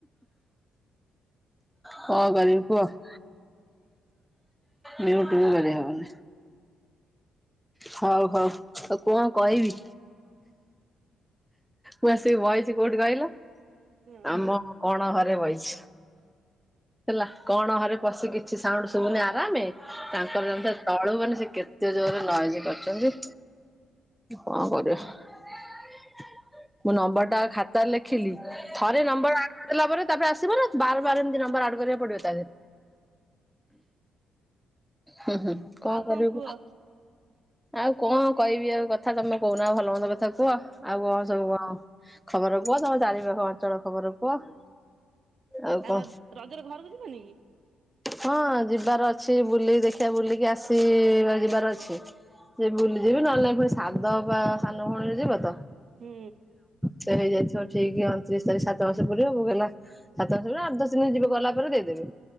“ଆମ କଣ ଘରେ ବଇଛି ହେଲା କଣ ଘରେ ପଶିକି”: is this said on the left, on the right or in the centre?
Centre